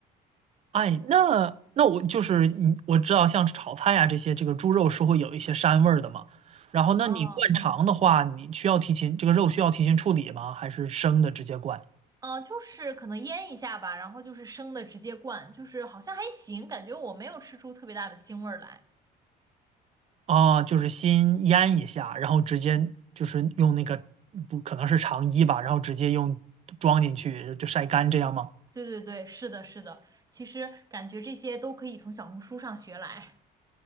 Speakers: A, on the right (about 40°); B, on the right (about 20°).
A: 哎，那那我就是你，我知道像炒菜呀这些，这个猪肉是会有一些膻味儿的嘛。然后，
B: 哦
A: 那你灌肠的话，你需要提前这个肉需要提前处理吗？还是生的直接灌？
B: 呃，就是可能腌一下吧，然后就是生的直接灌，就是好像还行，感觉我没有吃出特别大的腥味儿来。
A: 啊，就是先腌一下，然后直接就是用那个不可能是肠衣吧，然后直接用装进去就晒干这样吗？
B: 对对对，是的，是的，其实感觉这些都可以从小红书上学来，